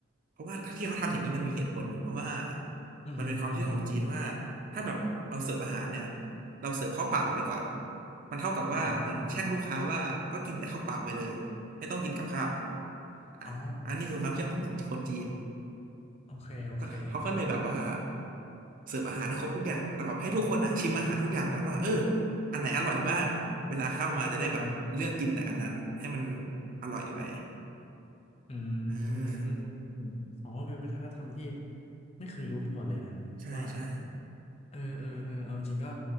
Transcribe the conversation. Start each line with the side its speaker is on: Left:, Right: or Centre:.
Right: เพราะว่าที่เขาทำอย่างนี้มันมีเหตุผลอยู่เพราะว่า
Left: อือฮึอือฮึ
Right: มันเป็นความเชื่อของจีนว่าถ้าแบบเราเสิร์ฟอาหารเนี่ยเราเสิร์ฟข้าวเปล่าไปก่อนมันเท่ากับว่าเหมือนแช่งลูกค้าว่าก็กินแต่ข้าวเปล่าไปเลยไม่ต้องกินกับข้าว
Left: อ่า
Right: อ่าอันนี้คือความเชื่อของคนจีน
Left: อ๋อโอเคโอเค
Right: ก็เขาก็เลยแบบว่าเสิร์ฟอาหารให้ครบทุกอย่างแล้วแบบให้ทุกคนอ่ะชิมอาหารทุกอย่างก่อนว่าเอออันไหนอร่อยบ้างเวลาเข้ามาจะได้แบบเลือกกินแต่อันนั้นให้มัน
Left: อ่าฮะ
Right: อร่อยไป
Left: อื
Right: อ่า
Left: มอ๋อเป็นวัฒนธรรมที่ไม่เคยรู้มาก่อนเลยนะ
Right: ใช่ใช่
Left: ว่าเออเออเออเอาจริงๆก็